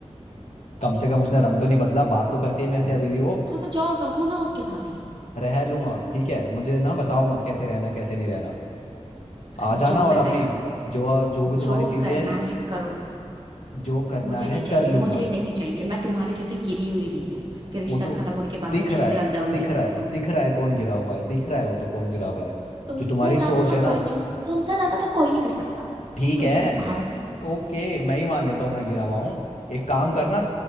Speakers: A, on the left; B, on the right.
A: कम से कम उसने रंग तो नहीं बदला बात तो करती है मेरे से अभी भी वो
B: हाँ तो जाओ रहो ना उसके साथ ही
A: रह लूंगा ठीक है मुझे ना बताओ मत कैसे रहना कैसे नहीं रहना
B: अरे
A: आ जाना
B: जो
A: और
B: करना
A: अपनी
B: है
A: जो जो भी तुम्हारी
B: जो
A: चीजें
B: करना
A: है
B: है करो
A: जो करना
B: मुझे नहीं
A: है
B: चाहिए
A: कर लूंगा
B: मुझे नहीं चाहिए मैं तुम्हारे जैसे गिरी हुई नहीं हूँ कि रिश्ता
A: वो तो
B: खत्म होने के बाद
A: दिख
B: मैं चीजें
A: रहा है
B: अलदा बल्दी
A: दिख
B: करती
A: रहा है
B: हूँ
A: दिख रहा है कौन गिरा हुआ है दिख रहा है वो तो कौन गिरा हुआ है
B: तुमसे
A: जो तुम्हारी
B: ज्यादा
A: सोच
B: तो
A: है
B: कोई
A: ना
B: तुमसे ज्यादा तो कोई नहीं गिर सकता
A: ठीक
B: तुम
A: है
B: गए भाड़ में,
A: ओके मैं ही मान लेता हूँ मैं गिरा हुआ हूँ एक काम करना